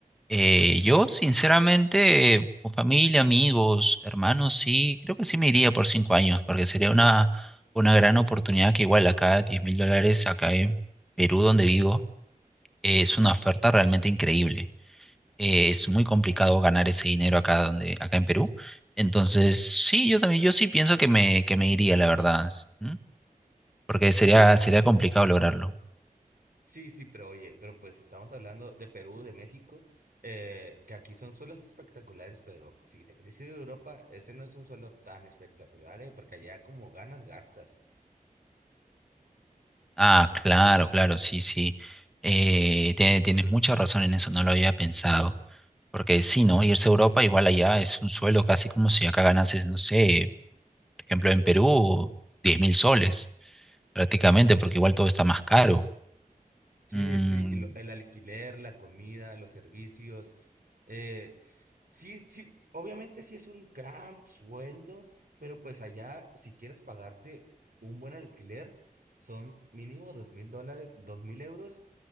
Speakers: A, in the centre; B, on the right.
A: Eh, yo, sinceramente, eh, con familia, amigos, hermanos, sí, creo que sí me iría por cinco años, porque sería una, una gran oportunidad que igual acá, diez mil dólares, acá en Perú, donde vivo, eh, es una oferta realmente increíble eh, es muy complicado ganar ese dinero acá donde, acá en Perú. Entonces, sí, yo también, yo sí pienso que me, que me iría, la verdad, ¿m? Porque
B: Oye,
A: sería,
B: pero...
A: sería complicado lograrlo.
B: Sí, sí, pero oye, pero pues estamos hablando de Perú, de México, eh, que aquí son suelos espectaculares, pero si te quieres ir de Europa, ese no es un suelo tan espectacular, eh, porque allá como ganas, gastas.
A: Ah, claro, claro, sí, sí. Eh, tie- tienes mucha razón en eso, no lo había pensado. Porque sí, ¿no? Irse a Europa igual allá es un sueldo casi como si acá ganases, no sé, por ejemplo, en Perú, diez mil soles, prácticamente, porque igual todo está más caro.
B: Sí,
A: Mm,
B: sí, y lo- el alquiler, la comida, los servicios. Eh, sí, sí, obviamente sí es un gran sueldo, pero pues allá, si quieres pagarte un buen alquiler, son mínimo dos mil dólares, dos mil euros